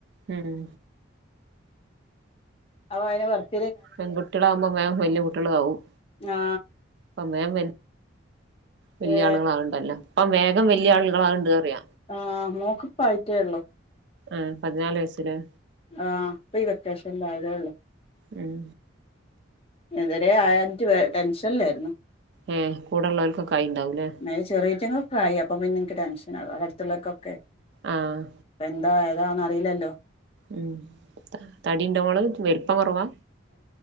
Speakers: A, on the right; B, on the left.
A: ഉം
B: അ അയിന പറ <unintelligible>
A: പെൺകുട്ടികളാകുമ്പോ മേം വല്യ കുട്ടികളാകും
B: ആ
A: അപ്പ മേം വല്യ
B: ഏ
A: ആളുകളാക്ണ്ടല്ലോ ഇപ്പം വേഗം വല്യ ആളുകളാക്ണ്ടറിയ
B: ആഹ മോൾക്കിപ്പോയിട്ടേയുള്ളു
A: ആ പതിനാല് വയസ്സില്
B: ആഹ് ഇപ്പൊ ഈ വെക്കാഷനിൽ ആയതെ ഉള്ളു
A: ഉം
B: ഇതുവരെ അവാഞ്ഞിട്ട് ടെൻഷനിലായിരുന്നു
A: ഉം കൂടെള്ളവർക്കൊക്കെ ആയിണ്ടാവൂലേ
B: അല്ല ചെറുയിറ്റങ്ങൾ ആയി അപ്പ പിന്നെ എനിക്ക് ടെൻഷ ആവാ അടുത്തുള്ളർക്കൊക്കെ
A: ആഹ്
B: <unintelligible> എന്താ അതാണന്ന് അറിലല്ലോ
A: ഉം തടി ഉണ്ടോള് വലിപ്പം കുറവാ